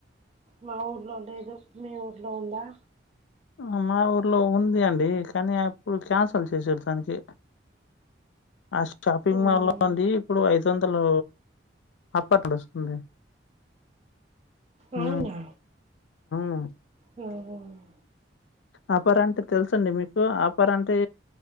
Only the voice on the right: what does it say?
మా ఊర్లో లేదు మీ ఊర్లో ఉందా
అవునా
అవునా
మ్మ్